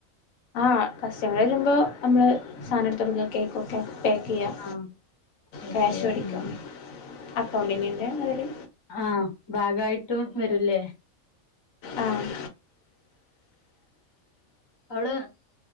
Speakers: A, on the left; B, on the left.
A: ആഹ് കസ്റ്റമർ വരുമ്പോ നമ്മൾ സാനം ഇട്ത്തൊട്ക്ക കേക്ക് ഓക്കെ പേ ചെയ്യാം
B: ആഹ് ഓക്കെ
A: ക്യാഷ് മേടിക്കാം
B: ഉം
A: അക്കൗണ്ടിങ്ങിന്റെ ഉണ്ട് അരു
B: ആഹ് ബാഗായിട്ടും വരുല്ലേ
A: ആഹ്
B: അവള്